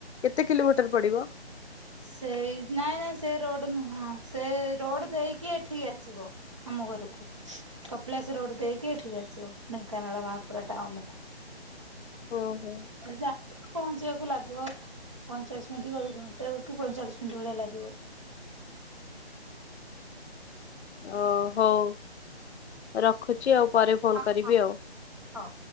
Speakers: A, on the left; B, on the right.
A: କେତେ କିଲୋମିଟର ପଡିବ?
B: ସେଇ ନାଇଁ ନାଇଁ ସେ ରୋଡ ନୁହଁ। ସେ ରୋଡ ଦେଇକି ଏଠିକି ଆସିବ। ଆମ ଘରକୁ କପିଳାସ ରୋଡ ଦେଇକି ଏଠିକି ଆସିବ ଢେଙ୍କାନାଳ ମହାପରା ଟାଉନ କୁ।
A: ଓହୋ।
B: ଯାହା ପହଞ୍ଚିବାକୁ ଲାଗିବ ଆ ପଇଁଚାଳିଶ ମିନିଟ କି ଆଉ ଘଣ୍ଟେକୁ ପଇଁଚାଳିଶ ମିନିଟ ଭଳିଆ ଲାଗିବ।
A: ଓ ହଉ ରଖୁଛି ଆଉ ପରେ ଫୋନ
B: ହଁ
A: କରିବି
B: ହଁ
A: ଆଉ।
B: ହଉ